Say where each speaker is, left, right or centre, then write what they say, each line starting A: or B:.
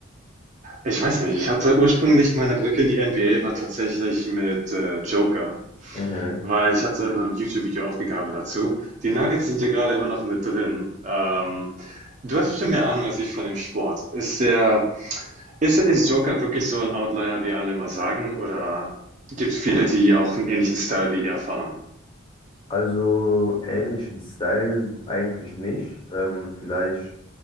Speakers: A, on the right; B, on the left.
A: Ich weiß nicht. Ich hatte ursprünglich meine Brücke in die NBA war tatsächlich mit äh, Joker,
B: Mhm.
A: weil ich hatte noch ein YouTube-Video aufgegabelt dazu. Die Nuggets sind ja gerade immer noch mit drin. Ähm, du hast bestimmt mehr Ahnung als ich von dem Sport. Ist der Ist, ist Joker wirklich so ein Outlier, wie alle immer sagen? Oder gibt es viele, die auch einen ähnlichen Style wie ihr fahren?
B: Also ähnlichen Style eigentlich nicht. Ähm, vielleicht